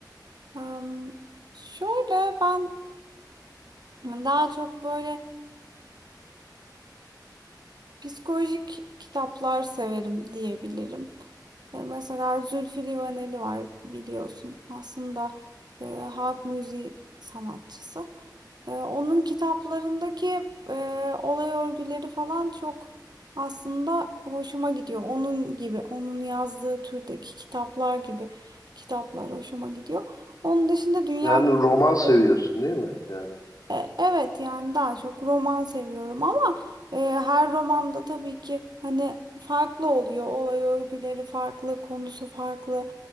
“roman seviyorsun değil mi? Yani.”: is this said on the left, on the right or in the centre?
Left